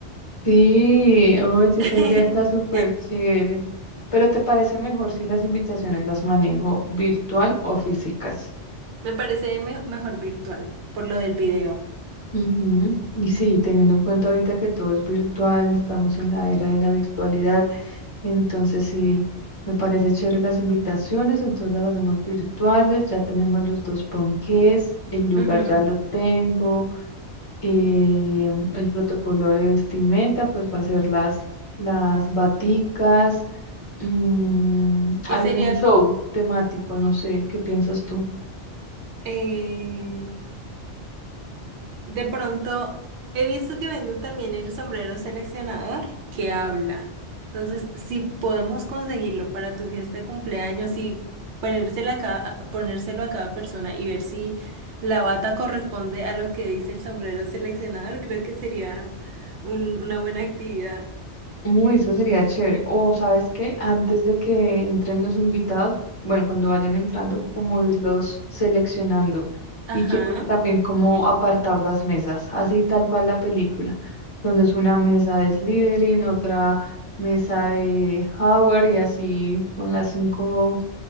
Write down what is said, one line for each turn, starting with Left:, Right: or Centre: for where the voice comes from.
Left: Sí, oye,
Right: <laughs>
Left: esa idea está súper chévere, pero ¿te parece mejor si las invitaciones las manejo virtual o físicas?
Right: Me parece me- mejor virtual, por lo del video.
Left: Ujú, Y sí, teniendo en cuenta ahorita que todo es virtual, estamos en la era de la virtualidad. Entonces, sí, me parece chévere las invitaciones, entonces las hacemos virtuales, ya tenemos los dos ponqués, el lugar
Right: Ujú.
Left: ya lo tengo, eh, el protocolo de vestimenta, pues va a ser las, las baticas, mm,
Right: Y
Left: algún
Right: sería,
Left: show temático, no sé, ¿qué piensas tú?
Right: eh, De pronto, he visto que venden también el sombrero seleccionador que habla. Entonces, si podemos conseguirlo para tu fiesta de cumpleaños y ponérselo a cada, ponérselo a cada persona y ver si la bata corresponde a lo que dice el sombrero seleccionador, creo que sería un- una buena actividad.
Left: Uy, eso sería chévere. O, ¿sabes qué? Antes de que entren los invitados, bueno, cuando vayan entrando, como irlos seleccionando.
Right: Ajá,
Left: Y quiero también como apartar las mesas, así tal cual la película. Entonces, una mesa de Slytherin, otra mesa de Howard y así con las cinco